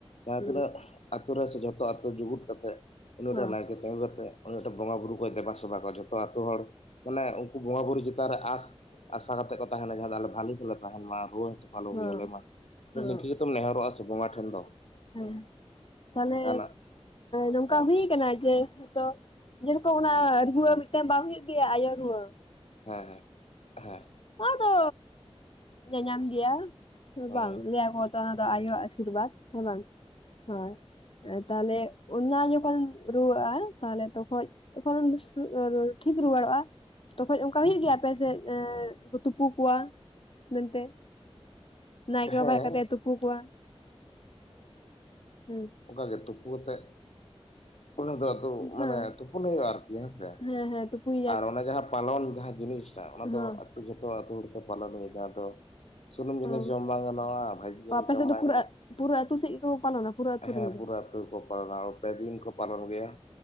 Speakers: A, on the left; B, on the left.
A: ᱡᱟᱦᱟᱸ
B: ᱦᱩᱸ
A: ᱛᱤᱱᱟᱹᱜ ᱟᱛᱳ ᱨᱮ ᱥᱮ ᱡᱷᱚᱛᱚ ᱟᱛᱳ ᱡᱩᱜᱩᱫ ᱠᱟᱛᱮᱜ ᱩᱱᱤ ᱴᱟᱱ
B: ᱦᱚᱸ
A: ᱱᱟᱭᱠᱮ <unintelligible> ᱩᱱᱤ ᱟᱴᱮᱜ ᱵᱚᱸᱜᱟ ᱵᱩᱨᱩ ᱠᱚᱭ ᱫᱮᱵᱟ ᱥᱮᱵᱟ ᱠᱚᱣᱟ ᱡᱚᱛᱚ ᱟᱛᱳ ᱦᱚᱲ ᱢᱟᱱᱮ ᱩᱱᱠᱩ ᱵᱚᱸᱜᱟ ᱵᱩᱨᱩ ᱪᱮᱛᱟᱱ ᱨᱮ ᱟᱸᱥ ᱟᱥᱟ ᱠᱟᱛᱮᱜ ᱠᱚ ᱛᱟᱦᱮᱱᱟ, ᱡᱟᱦᱟᱸ ᱫᱚ ᱟᱞᱮ ᱵᱷᱟᱹᱞᱤ ᱛᱮᱞᱮ ᱛᱟᱦᱮᱱ ᱢᱟ ᱨᱩᱣᱟᱹ ᱦᱟᱹᱥᱩ ᱟᱞᱚ
B: ᱦᱚᱸ
A: ᱦᱩᱭ ᱟᱞᱮ ᱢᱟ᱾
B: ᱦᱚᱸ
A: ᱱᱤᱝᱠᱟᱹ ᱜᱮᱛᱚᱢ ᱱᱮᱦᱚᱨᱚᱜᱼᱟ ᱥᱮ ᱵᱚᱸᱜᱟ ᱴᱷᱮᱱ ᱫᱚ᱾
B: ᱦᱮᱸ᱾ ᱛᱟᱦᱞᱮ
A: ᱡᱟᱦᱟᱱᱟᱜ
B: ᱱᱚᱝᱠᱟ
A: ᱦᱮᱸ
B: ᱦᱩᱭ ᱟᱠᱟᱱᱟ ᱡᱮ, ᱛᱚ ᱡᱮᱨᱚᱠᱚ‌ ᱚᱱᱟ ᱨᱩᱣᱟᱹ ᱢᱤᱫᱴᱟᱝ ᱵᱟᱝ ᱦᱳᱭᱳᱜ ᱜᱮᱭᱟ ᱟᱭᱳ ᱨᱩᱣᱟᱹ᱾
A: ᱦᱮᱸ ᱦᱮᱸ ᱦᱮᱸ᱾
B: ᱚᱱᱟ ᱫᱚ ᱧᱟᱧᱟᱢ ᱜᱮᱭᱟ
A: ᱦᱮᱸ
B: ᱵᱟᱝ ᱞᱮᱭᱟᱠᱚ ᱛᱚ ᱚᱱᱟ ᱫᱚ ᱟᱭᱳᱣᱟᱜ ᱟᱥᱤᱨᱵᱟᱫᱽ ᱦᱮᱸ ᱵᱟᱝ ᱦᱳᱭ᱾ ᱛᱟᱦᱮᱞᱮ ᱚᱱᱟ ᱡᱚᱠᱷᱚᱱ ᱨᱩᱣᱟᱹᱜᱼᱟ ᱛᱟᱦᱮᱞᱮ ᱛᱚᱠᱷᱚᱡ ᱛᱚᱠᱷᱚᱱ <unintelligible> ᱴᱷᱤᱠ ᱨᱩᱣᱟᱹᱲᱚᱜᱼᱟ ᱛᱚᱠᱷᱚᱱ ᱚᱱᱠᱟ ᱦᱩᱭᱩᱜ ᱜᱮᱭᱟ ᱟᱯᱮ ᱥᱮᱫ ᱮᱫ ᱩᱱᱠᱩ ᱛᱩᱯᱩ ᱠᱚᱣᱟ ᱢᱮᱱᱛᱮ᱾ ᱱᱟᱭᱠᱮ
A: ᱦᱮᱸ
B: ᱵᱟᱵᱟ
A: ᱦᱮᱸ
B: ᱦᱮᱡ ᱠᱟᱛᱮ ᱮ ᱛᱩᱯᱩ ᱠᱚᱣᱟ ᱦᱩᱸ᱾
A: ᱩᱱᱠᱟᱜᱮ ᱛᱩᱯᱩ ᱠᱟᱛᱮᱜ ᱚᱱᱟ ᱫᱟᱜ ᱫᱚ
B: ᱦᱮᱸ
A: ᱢᱟᱱᱮ ᱛᱩᱯᱩᱱ ᱦᱩᱭᱩᱜᱼᱟ ᱟᱨᱠᱤ ᱦᱮᱸ ᱥᱮ ᱾
B: ᱦᱮᱸ ᱦᱮᱸ ᱛᱩᱯᱩᱭ
A: ᱟᱨ ᱚᱱᱟ ᱡᱟᱦᱟᱸ ᱯᱟᱞᱚᱱ ᱡᱟᱦᱟᱸ ᱡᱤᱱᱤᱥ ᱴᱟᱜ ᱚᱱᱟ
B: ᱦᱚᱸ
A: ᱫᱚ ᱟᱛᱩ ᱡᱷᱚᱛᱚ ᱟᱛᱩ ᱦᱚᱲᱛᱮ ᱯᱟᱞᱚᱱ ᱦᱩᱭᱩᱜᱼᱟ ᱡᱟᱦᱟᱸ ᱫᱚ ᱥᱩᱱᱩᱢ ᱡᱤᱱᱤᱥ
B: ᱚ
A: ᱡᱚᱢ ᱵᱟᱝ ᱜᱟᱱᱚᱜᱼᱟ᱾ ᱵᱷᱟᱜᱤ ᱡᱤᱱᱤᱥ
B: ᱟᱯᱮ
A: ᱡᱚᱢ
B: ᱥᱮᱫ ᱫᱚ
A: ᱵᱟᱭ
B: ᱯᱩᱨᱟᱹ
A: ᱜᱟᱱᱚᱜᱼᱟ᱾
B: ᱯᱩᱨᱟᱹ ᱟᱹᱛᱩ ᱥᱮᱫ ᱜᱮᱠᱚ ᱯᱟᱞᱚᱱᱟ ᱯᱩᱨᱟᱹ ᱟᱹᱛᱩ
A: ᱦᱮᱸ
B: ᱨᱮᱱ ᱜᱮ
A: ᱯᱩᱨᱟᱹ ᱛᱩ ᱠᱚ ᱯᱟᱨᱟᱣ ᱯᱮ ᱫᱤᱱ ᱠᱚ ᱯᱟᱞᱚᱱ ᱜᱮᱭᱟ,